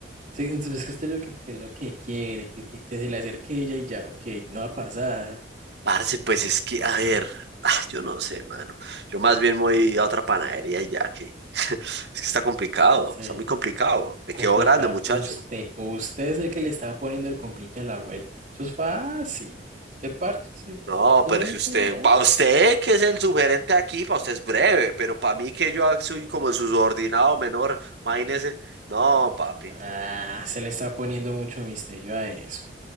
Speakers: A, on the right; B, on the right.
A: Sí, entonces es que usted lo que, que es lo que quiere, que, que- que se le acerque ella y ya, ok, no va a pasar.
B: Parce, pues es que, a ver, ah, yo no sé, mano, yo más bien voy a otra panadería y ya que, <laughs> es que está complicado,
A: Se
B: está muy complicado, me
A: complica
B: quedó grande, muchacho.
A: usted. o Usted es el que le está poniendo el complique a la vuelta. Eso es fácil. Te parche, sí.
B: No,
A: Simplemente
B: pero si usted,
A: le hable.
B: para usted que es el subgerente aquí, para usted es breve, pero para mí que yo soy como el subordinado menor, imagínese, no, papi,
A: Ah, se le está poniendo mucho misterio a eso.